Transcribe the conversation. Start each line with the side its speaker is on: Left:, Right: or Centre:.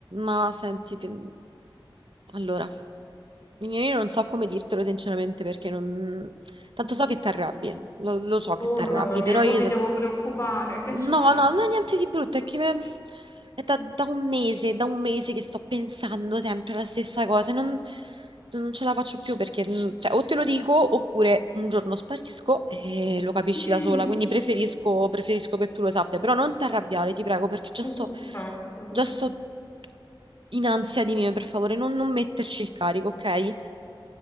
Right: Ma senti, te- allora, io non so come dirtelo sinceramente perché non... Tanto so che ti arrabbi, lo, lo so che
Left: Oh
Right: ti
Left: mamma
Right: arrabbi,
Left: mia,
Right: però
Left: mo
Right: io
Left: mi devo preoccupare. Che
Right: No,
Left: è successo?
Right: no, non è niente di brutto, è che me- è da, da un mese, da un mese che sto pensando sempre alla stessa cosa, e non, non ce la faccio più perché mm, cioè, o te lo dico oppure un giorno sparisco e lo capisci
Left: Che
Right: da sola, quindi preferisco, preferisco che tu lo sappia, però non ti arrabbiare, ti prego, perché già
Left: è
Right: sto,
Left: successo?
Right: già sto in ansia di mio, per favore, non, non metterci il carico, ok?